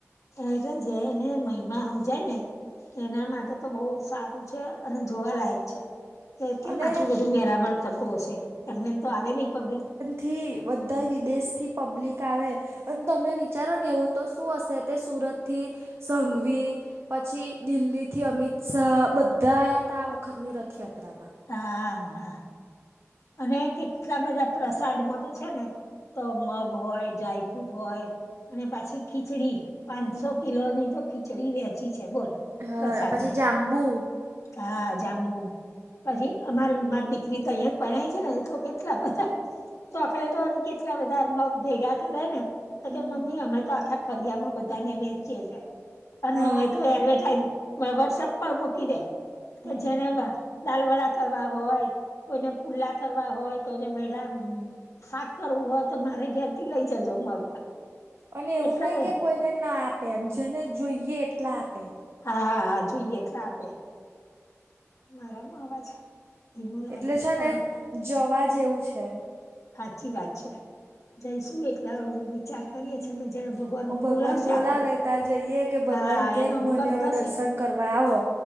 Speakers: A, on the left; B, on the right.
A: એટલે જેને મહિમા હમજાય ને એના
B: હમ.
A: માટે તો બહુ સારું છે અને જોવાલાયક છે. કે કેમ
B: અને
A: આટલું બધું મેરામણ થતું હશે એમનેમ તો આવે નહી પબ્લિક.
B: થી બધા વિદેશથી પબ્લિક આવે. અને તમે વિચારો ને એવું તો શું હશે તે સુરત થી સંઘવી પછી દિલ્હીથી અમિત શાહ બધા આયા હતા આ વખતની રથયાત્રામાં.
A: હા હા અને કેટલા બધા પ્રસાદમાં તો છે ને તો મગ હોય, ડ્રાયફ્રૂટ હોય અને પાછી ખીચડી. પાંચસો
B: હમ
A: કિલો ની તો ખીચડી વેચી છે બોલ.
B: હા
A: પ્રસાદમાં
B: પછી જાંબુ.
A: હા જાંબુ પછી અમારે મારી દીકરી તો અહીંયા. પરનાઈ છે ને, એ તો કેટલા બધા ચોકલેતો ન કેટલા બધા મગ ભેગા કરે ને. તોકે
B: હમ
A: મમ્મી, અમે તો આખા ફળિયામાં બધાને વેચીએ છીએ. અને
B: હા
A: હું એ તો એડવર્ટાઈઝ વોટ્સએપ પર મૂકી દે
B: હમ
A: કે જેને ડાલ-વડા કરવા હોય, કોઈને પુદલા કરવા હોય, કોઈને <unintelligible> શાક કરવું હોય તો મારા ઘરેથી લઈ જજો, મગ.
B: અને એવું
A: એટલા
B: નહીં
A: બધા
B: કે કોઈને ન આપે, એમ જેને જોઈએ એટલા આપે.
A: હા હા જોઈએ એટલા આપે. મારામાં અવાજ. ધીમો લાગે
B: એટલે છે
A: તારો
B: ને જવા જેવું છે.
A: સાચી વાત છે, જઈશું એક વાર તો વિચાર. કરીએ
B: હમ
A: છીએ કે જયારે ભગવાન
B: ઓ
A: બોલાવશે
B: બોલાવે
A: આપણને,
B: તાર જઈએ કે ભગવાન
A: હા,
B: કે
A: એનો
B: મને
A: હુકમ
B: હવે
A: થશે.
B: દર્શન કરવા આવો